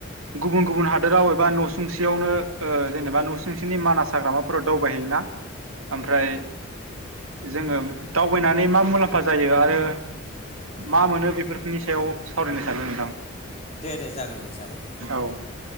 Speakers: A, on the right (about 85°); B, on the left (about 30°).
A: गुबुन गुबुन हादोराव एबा न'सुंसेयावनो ओ जेनेबा न'सुंसेनि मानास हाग्रामा फोराव दावबायहैयोना ओमफ्राय जोङो दावबायनानै मा मुलाम्फा जायो आरो मा मोनो बेफोरफोरनि सायाव सावरायनो सानदों नोंथां।
B: दे दे जागोन दे जागोन।
A: औ।